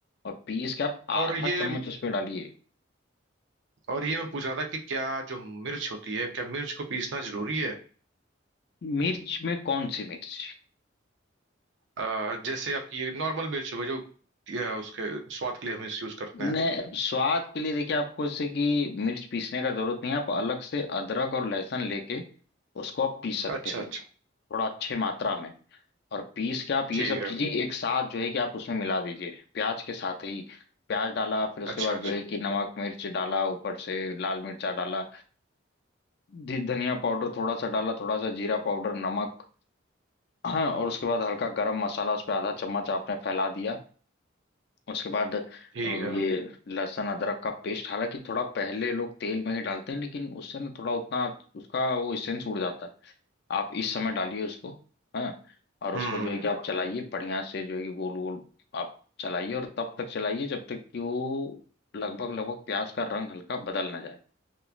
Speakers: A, on the left; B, on the right.
A: और पीस के आप आधा
B: और ये
A: चम्मच उसमें डालिए
B: और ये मैं पूछ रहा था कि क्या जो मिर्च होती है क्या मिर्च को पीसना जरूरी है
A: मिर्च में कौन सी मिर्च
B: अ, जैसे आपकी ये नॉर्मल मिर्च हो गई जो अ, उसके स्वाद के लिए हम इस यूज करते
A: नहीं
B: हैं
A: स्वाद के लिए देखिए आपको इससे कि मिर्च पीसने का जरूरत नहीं है आप अलग से अदरक और लहसुन लेके उसको आप पीस सकते
B: अच्छा
A: हैं
B: अच्छा
A: थोड़ा अच्छे मात्रा में और पीस के आप ये
B: ठीक
A: सब
B: है
A: चीजें एक साथ जो है कि आप उसमें मिला दीजिए प्याज के साथ ही प्याज डाला फिर उसके
B: अच्छा
A: बाद
B: अच्छा
A: जो है कि नमक मिर्च डाला ऊपर से लाल मिर्चा डाला धि- धनिया पाउडर थोड़ा सा डाला थोड़ा सा जीरा पाउडर नमक हाँ और उसके बाद हल्का गरम मसाला उस पर आधा चम्मच आपने फैला दिया उसके बाद अ,
B: ठीक है
A: ये लहसुन अदरक का पेस्ट हालांकि थोड़ा पहले लोग तेल में ही डालते हैं लेकिन उससे ना थोड़ा उतना उसका वो सेंस उड़ जाता है आप इस समय डालिए उसको हाँ और उसको
B: हम्म
A: जो है कि आप चलाइए बढ़िया से जो है कि गोल गोल आप चलाइए और तब तक चलाइए जब तक कि वो लगभग लगभग प्याज का रंग हल्का बदल ना जाए